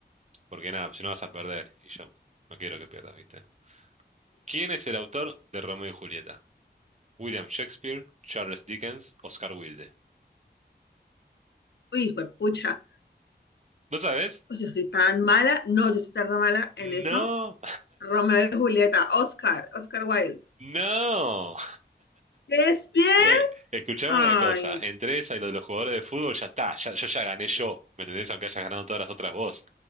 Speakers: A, on the right; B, on the left.
A: porque nada, si no vas a perder. Y yo no quiero que pierdas, ¿viste? ¿Quién es el autor de Romeo y Julieta? William Shakespeare, Charles Dickens, Oscar Wilde.
B: Uy, hijo de pucha,
A: ¿No sabes?
B: pues yo soy tan mala, no, yo soy tan mala en
A: No,
B: eso. Romeo y Julieta, Oscar, Oscar Wilde.
A: <laughs> no.
B: es ¿Shakespeare?
A: Eh, escuchame
B: Ay.
A: una cosa, entre esa y lo de los jugadores de fútbol ya está, ya- yo ya gané yo, ¿me entendés? Aunque hayas ganado todas las otras vos.